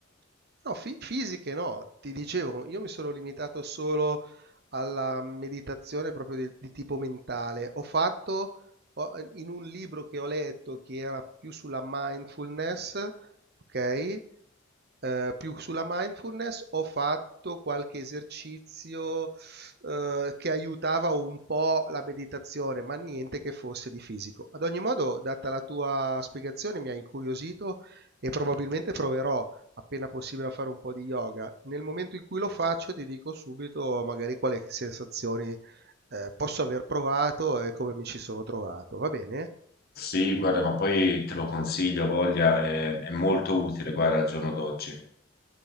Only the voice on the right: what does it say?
No, fi- fisiche no, ti dicevo, io mi sono limitato solo alla meditazione proprio di, di tipo mentale. Ho fatto ho- in un libro che ho letto che era più sulla mindfulness, ok? Eh, Più sulla mindfulness ho fatto qualche esercizio, uhm, che aiutava un po' la meditazione, ma niente che fosse di fisico. Ad ogni modo, data la tua spiegazione, mi hai incuriosito e probabilmente proverò, appena possibile, a fare un po' di yoga. Nel momento in cui lo faccio, ti dico subito magari quali sensazioni, ehm, posso aver provato e come mi ci sono trovato. Va bene?